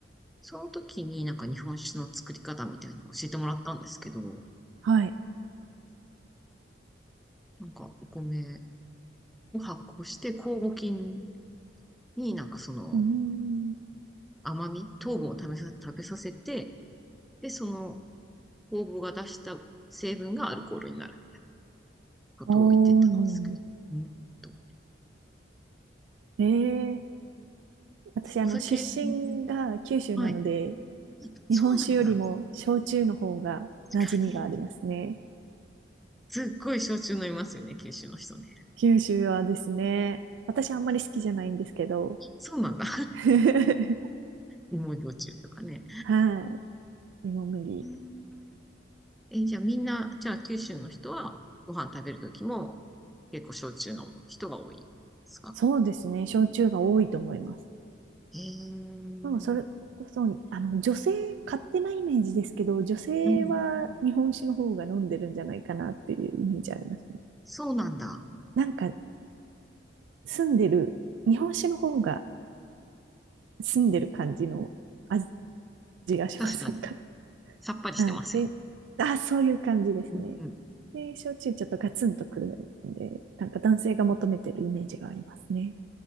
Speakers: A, in the centre; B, on the right (about 80°).
A: その時になんか日本酒の作り方みたいなのを教えてもらったんですけど、
B: はい。
A: なんかお米を発酵して酵母菌になんかその
B: うーん。
A: 甘み、糖分を食べさ、食べさせて、で、その酵母が出した成分がアルコールになることを言ってたんですけど。
B: おー、なるほど。
A: うんと
B: ええ私、
A: お酒、
B: あの、出身が九州なので、
A: ね、はい。そうなんだ。
B: 日本酒よりも焼酎の方が馴染みがありますね。
A: 確かに。すっごい焼酎飲みますよね、九州の人ね。
B: 九州はですね、私あんまり好きじゃないんですけど、
A: そうなんだ。
B: <laughs>
A: 芋焼酎とかね。
B: はい。芋麦。
A: うんえ、じゃあみんな、じゃあ九州の人はご飯食べるときも結構焼酎飲む人が多いですか
B: そうですね、焼酎が多いと思います。
A: えー、
B: でも、それこそ、あの、女性、勝手なイメージですけど、女性は日本酒の方が飲んでるんじゃないかなっていうイメージありますね。
A: うん、そうなんだ。
B: なんか、住んでる、日本酒の方が、住んでる感じの味がしませんか。
A: 確かに。さっぱりしてますよ。
B: <laughs> うん。で、あ、そういう感じですね。
A: うん、
B: で、焼酎ちょっとガツンとくるんで、なんか男性が求めてるイメージがありますね。